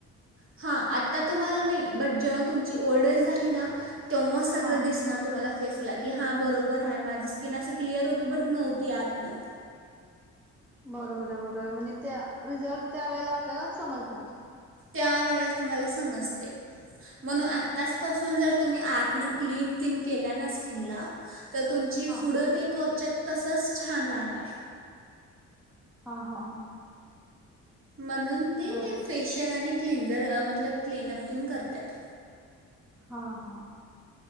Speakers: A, on the right; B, in the centre.
A: हा आता तुम्हाला नाही बट जेव्हा तुमची ओल्ड एज झाली ना तेव्हा सगळं
B: हा
A: दिसणार तुम्हाला फेसला की हां बरोबर आहे माझी स्किन असे क्लिअर होती बट नव्हती आतनं
B: बरोबर आहे बरोबर म्हणजे त्या रिझल्ट त्या वेळेला आपल्याला समजत
A: त्या वेळेस तुम्हाला समजते म्हणून आत्ताचपासून जर तुम्ही आतनं क्लीन तीन केल्या ना स्किनला तर तुमची
B: हा
A: पुढं ते त्वच तसंच छान राहणार
B: हा हा हा.
A: म्हणून ते
B: बरोबर
A: फेशिल आणि क्लिंझर अ मतलब क्लिनअप तेन करत्यात,
B: हा हा.